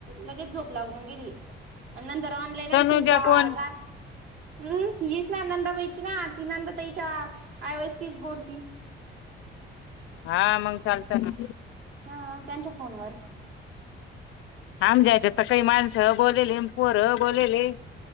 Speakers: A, on the right; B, on the left.
A: लगेो लाून तर ऑनलाईन
B: तनुजा
A: त दहा
B: कोण
A: जा हम्म हीच ना नंदाबाईची ना ती नंदा ताईच्या वज तीच बोलती
B: हा मंग चालत ना
A: हा त्यांच्या फोनवर
B: आम जा्यायच्या तर काही माणसं बोलेले पोर ह बोलेले